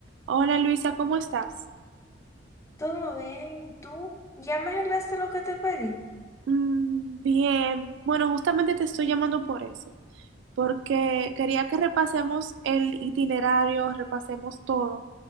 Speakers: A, on the right; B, on the left.
A: Hola Luisa, ¿cómo estás?
B: Todo bien, ¿y tú? ¿Ya me arreglaste lo que te pedí?
A: Mm, bien, bueno, justamente te estoy llamando por eso, porque quería que repasemos el itinerario, repasemos todo,